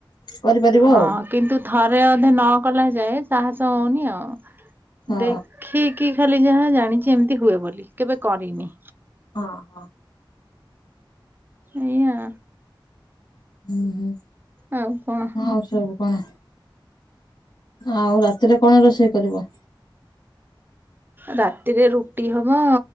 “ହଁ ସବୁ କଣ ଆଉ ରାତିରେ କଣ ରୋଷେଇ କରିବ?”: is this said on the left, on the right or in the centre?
Left